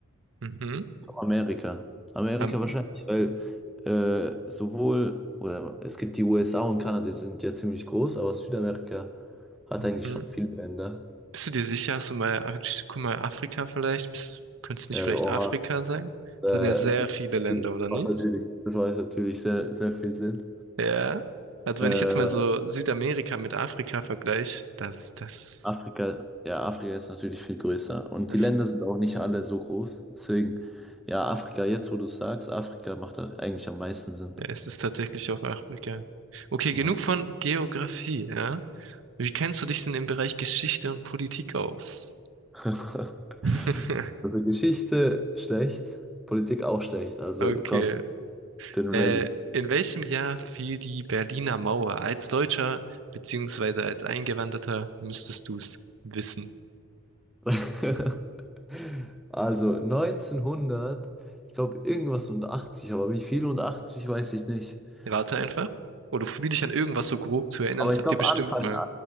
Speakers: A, on the right (about 65°); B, in the centre.
A: Mhm.
B: Amerika. Amerika
A: Am-
B: wahrscheinlich, weil äh, sowohl, oder es gibt die USA und Kanada, die sind ja ziemlich groß, aber Südamerika hat
A: mhm.
B: eigentlich schon viele Länder.
A: Bist du dir sicher? Hast du mal, guck mal, Afrika vielleicht? Bist, könnte es nicht
B: Ja,
A: vielleicht
B: oha.
A: Afrika sein?
B: Äh,
A: Da sind ja sehr viele Länder,
B: das
A: oder nicht?
B: macht natürlich, das macht natürlich sehr, sehr viel Sinn.
A: Ja. Also
B: Äh,
A: wenn ich jetzt mal so Südamerika mit Afrika vergleiche, das, das,
B: Afrika, ja, Afrika ist natürlich viel größer und
A: das,
B: die Länder sind auch nicht alle so groß. Deswegen, ja, Afrika, jetzt wo du es sagst, Afrika macht da eigentlich am meisten Sinn.
A: ja, es ist tatsächlich auf Afrika. Okay,
B: Ja.
A: genug von Geografie, ja? Wie kennst du dich denn im Bereich Geschichte und Politik aus?
B: <laughs>
A: <laughs>
B: Also Geschichte schlecht, Politik auch schlecht. Also
A: Okay.
B: komm, ich bin ready.
A: Äh, in welchem Jahr fiel die Berliner Mauer? Als Deutscher beziehungsweise als Eingewanderter müsstest du es wissen.
B: <laughs> Also 1900, ich glaube irgendwas und 80, aber wie viel und 80 weiß ich nicht.
A: Rate
B: Ich,
A: einfach. Oder probier dich an irgendwas so grob zu erinnern.
B: aber
A: Das
B: ich
A: habt
B: glaube
A: ihr bestimmt
B: Anfang,
A: mal.